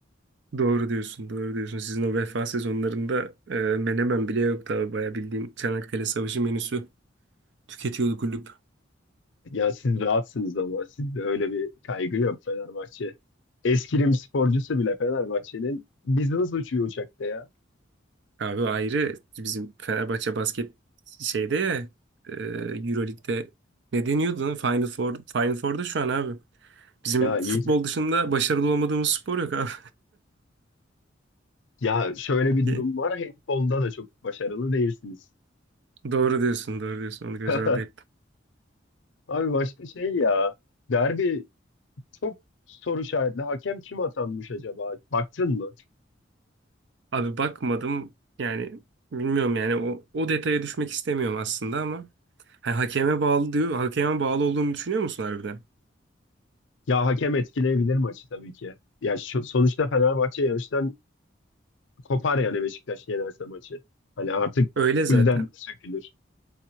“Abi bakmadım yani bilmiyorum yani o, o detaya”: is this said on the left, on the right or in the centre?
Right